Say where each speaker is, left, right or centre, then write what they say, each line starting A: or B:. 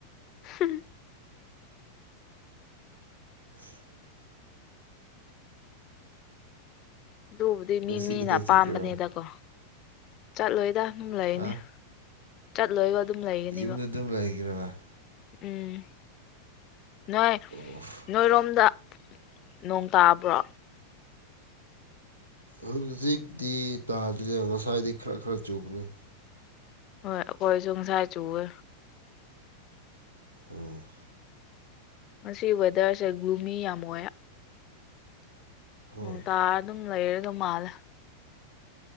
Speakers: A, on the left; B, on the right.
A: ꯍꯝ
B: ꯍꯨꯝ
A: ꯑꯗꯨꯕꯨꯗꯤ ꯃꯤ
B: ꯉꯁꯤ
A: ꯃꯤꯅ
B: ꯀꯗꯥꯏ
A: ꯑꯄꯥꯝꯕꯅꯤꯗꯀꯣ
B: ꯆꯠꯀꯦꯔꯣ
A: ꯆꯠꯂꯣꯏꯗ ꯑꯗꯨꯝ ꯂꯩꯅꯤ
B: ꯍꯥ
A: ꯆꯠꯂꯣꯏꯕ ꯑꯗꯨꯝ ꯂꯩꯒꯅꯦꯕ
B: ꯌꯨꯝꯗ ꯑꯗꯨꯝ ꯂꯩꯈ꯭ꯔꯕ
A: ꯎꯝ ꯅꯣꯏ
B: ꯑꯣꯐ
A: ꯅꯣꯏꯔꯣꯝꯗ ꯅꯣꯡ ꯇꯥꯕ꯭ꯔꯣ
B: ꯍꯧꯖꯤꯛꯇꯤ ꯇꯥꯗ꯭ꯔꯤꯦ ꯉꯁꯥꯏꯗꯤ ꯈꯔ ꯈꯔ ꯆꯨꯕꯅꯤ
A: ꯍꯣꯏ ꯑꯩꯈꯣꯏꯁꯨ ꯉꯁꯥꯏ ꯆꯨꯋꯦ
B: ꯎꯝ
A: ꯃꯁꯤ ꯋꯦꯗꯔꯁꯦ ꯒ꯭ꯔꯨꯃꯤ ꯌꯥꯝ ꯑꯣꯏ
B: ꯍꯣꯏ
A: ꯎꯝ ꯇꯥꯔ ꯑꯗꯨꯝ ꯂꯩꯔ ꯑꯗꯨꯝ ꯃꯥꯜꯂꯦ